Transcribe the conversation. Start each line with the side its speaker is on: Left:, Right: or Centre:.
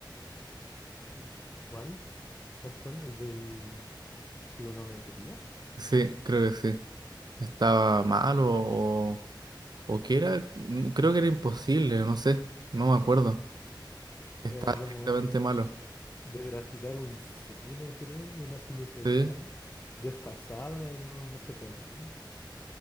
Left: Cu- ¿Cuál? ¿Cuál, cuál? ¿El del trigonometría?
Right: Sí, creo que sí. Estaba mal o, o que era, creo que era imposible, no sé, no me acuerdo. Estaba
Left: Era como
Right: directamente
Left: de,
Right: malo.
Left: de graficar un seno, creo, una sinusoidal,
Right: Sí.
Left: desfasada y no, no se podía.